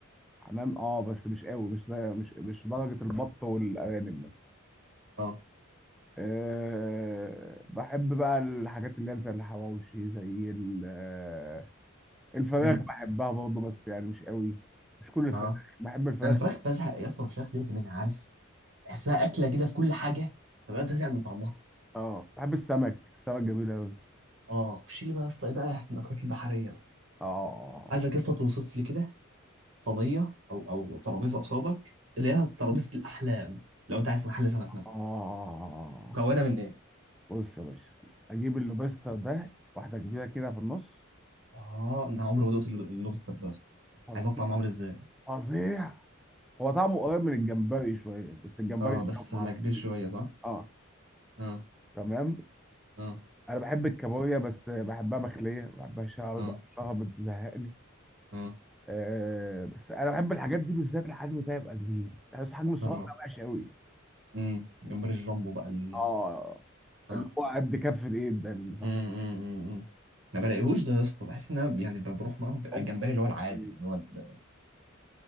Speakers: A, in the centre; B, on the right (about 70°).
A: حمام اه بس مش قوي مش زي- مش مش درجه البط والارانب
B: اه
A: أه بحب بقى الحاجات اللي هي زي الحواوشي زي ال- آه، الفراخ
B: امم
A: بحبها برضه بس يعني مش قوي مش كل الفراخ
B: اه
A: بحب الفراخ
B: انا الفراخ بزهق يا اسطى الفراخ زهقت منها عارف بحسها اكله كده في كل حاجه فبقيت ازهق من طعمها
A: اه بحب السمك السمك جميل قوي
B: اه خش لي بقى يا اسطى ايه بقى المأكولات البحريه بقى
A: اه
B: عايزك يا اسطى توصف لي كده صينيه او او ترابيزه قصادك اللي هي ترابيزه الاحلام لو انت عايز في محل سمك مثلا
A: اه
B: مكونه من ايه
A: بص يا باشا اجيب اللوبستر ده واحده كبيره كده في النص
B: اه انا عمري ما دقت الل- اللوبستر ده يا اسطى
A: فظيع
B: عايز اعرف طعمه عامل ازاي
A: فظيع هو طعمه قريب من الجمبري شويه بس الجمبري
B: اه بس
A: شامبو
B: على
A: له.
B: كبير شويه صح
A: اه
B: اه
A: تمام
B: اه
A: انا بحب الكابوريا بس بحبها مخليه ما بحبهاش قوي
B: اه
A: بقشرها بتزهقني
B: اه
A: آه بس انا بحب الحاجات دي بالذات الحجم ده يبقى كبير بس الحجم الصغير
B: اه
A: ده وحش قوي
B: امم جمبري الجامبو بقى ال...
A: اه
B: اه
A: اللي هو قد كف الايد ده اللي صح
B: امم امم ما بلاقيهوش ده يا اسطى بحس ان انا يعني بروح معاه بيبقى
A: حجم
B: الجمبري اللي هو العادي
A: السويسي
B: اللي هو ال-